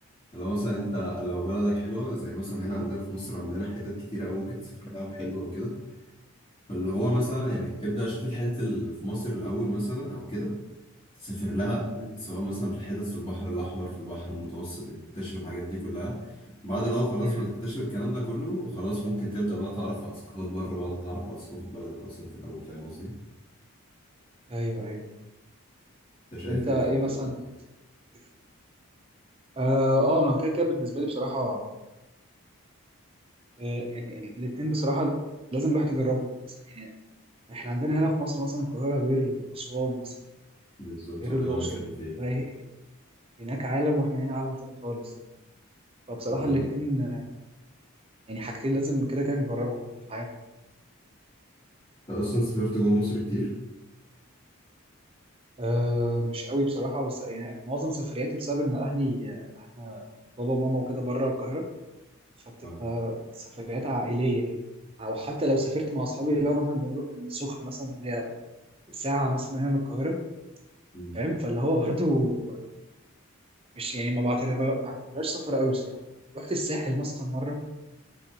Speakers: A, on the left; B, on the right.
A: لو مثلا انت لو بلدك حلوه زي مثلا هنا عندنا في مصر عندنا حتت كتيره قوي ممكن تسافر لها وحلوه وكده فاللي هو
B: مم.
A: مثلا يعني ابدأ شوف الحتت اللي في مصر الأول مثلا أو كده سافر لها
B: مم.
A: سواء مثلا في الحتت في البحر الأحمر في البحر المتوسط تكتشف الحاجات دي كلها بعد لو خلاص
B: مم.
A: ما تكتشف الكلام ده كله وخلاص ممكن تبدأ بقى تعرف على ثقافات بره بعد تعرف على ثقافة بلدك أصلا في الأول فاهم قصدي؟
B: ايوه ايوه
A: أنت شايف
B: طب انت
A: إيه
B: ايه
A: في الموضوع
B: مثلا
A: ده؟
B: تفتكر؟ اه اه انا كده كده بالنسبه لي بصراحه آه يعني الاثنين بصراحه لازم الواحد يجربهم مثلا يعني احنا عندنا هنا في مصر مثلا القاهره غير اسوان مثلا
A: بالظبط
B: غير
A: وأنا
B: الاقصر
A: اللي أنا بتكلم فيه
B: فهي- هناك عالم واحنا هنا عالم تاني خالص فبصراحه
A: بالظبط
B: الاثنين يعني حاجتين لازم كده كده نجربهم في حياتنا
A: أنت أصلا سافرت جوه مصر كتير؟
B: آه مش قوي بصراحه بس يعني معظم سفرياتي بسبب ان اهلي آه، احنا بابا وماما وكده بره القاهره فبتبقى
A: اه
B: سفريات عائليه كده او حتى لو سافرت مع اصحابي اللي هو مثلا بنروح السخنه مثلا اللي هي ساعه مثلا هنا من القاهره
A: مم.
B: فاهم فاللي هو برضو مش يعني ما بعتبرها ما بعتبرهاش سفر قوي بصراحه رحت الساحل مثلا مره